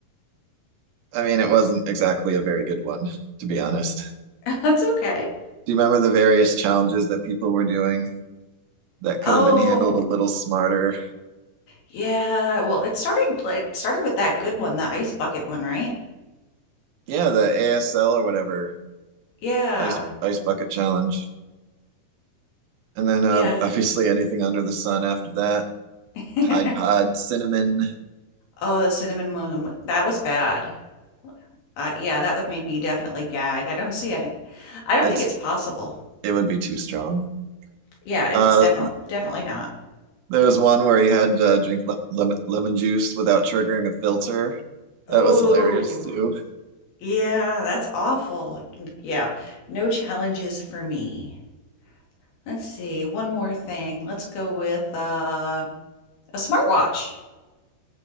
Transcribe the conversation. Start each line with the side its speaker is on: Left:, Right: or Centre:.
Right: I mean, it wasn't exactly a very good one, to be honest.
Left: <laughs> That's okay.
Right: Do you remember the various challenges that people were doing that could
Left: Oh.
Right: have been handled a little smarter?
Left: Yeah, well, it started like it started with that good one, the ice bucket one, right?
Right: Yeah, the ASL or whatever,
Left: Yeah.
Right: ice ice bucket challenge. And then uh,
Left: Yeah.
Right: obviously anything under the sun after that,
Left: <laughs>
Right: Tide Pod, cinnamon,
Left: Oh, the cinnamon one, that was bad. Uh, yeah, that would make me definitely gag. I don't see it. I don't
Right: it's
Left: think it's possible.
Right: it would be too strong.
Left: Yeah, it's
Right: Uh,
Left: definitely definitely not.
Right: <laughs> there was one where you had to drink le lemon, lemon juice without triggering a filter.
Left: Oh,
Right: That was hilarious too.
Left: yeah, that's awful. Yeah, no challenges for me. Let's see, one more thing. Let's go with uh, a smartwatch.